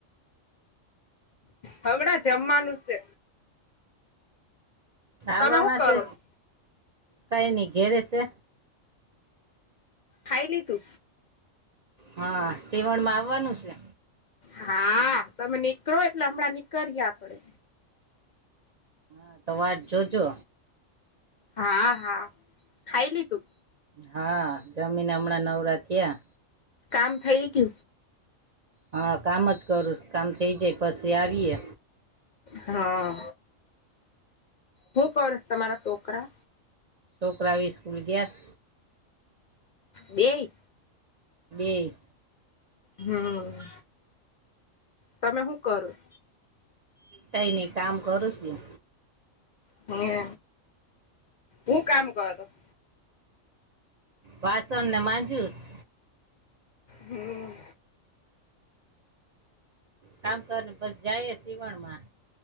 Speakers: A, on the left (about 75°); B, on the right (about 65°).
A: હમણાં જમવાનું છે.
B: ખવામાં
A: તમે શું કરો
B: છે
A: છો
B: કઈ નની ઘેરે છે.
A: ખાઈલી તુ
B: હા સીવણ માં આવવાનું છે.
A: હા તમે નીકરોો એટલે હમણાં નીકરીએ આપડે
B: હા તો વા જોજો
A: હા હા ખાયલી તુ
B: હા જમીન હમણાં નવરા થયા.
A: કામ ફેરી કુ
B: હા કામ જ કરુંશ કામ થઇ જાય પછી આવીએ
A: હા હું કરશ તમારા છોકરા.
B: છોકરાઓ સ્સ્કૂલ ગયાસ
A: બે
B: બેય
A: હમ તમે શું કરોછ
B: કઈ નહી કામ કરુંછું બેન
A: હે હું કામ કરશ
B: વાસણને માંજુસ
A: હમ
B: કામ કર ને પસ જાયે સીવણમાં